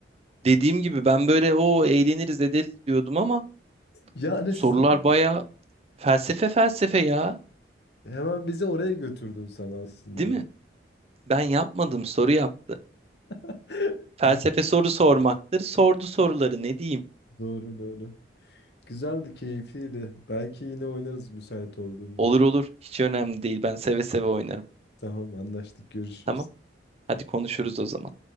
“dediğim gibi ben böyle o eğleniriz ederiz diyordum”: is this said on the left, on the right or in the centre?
Right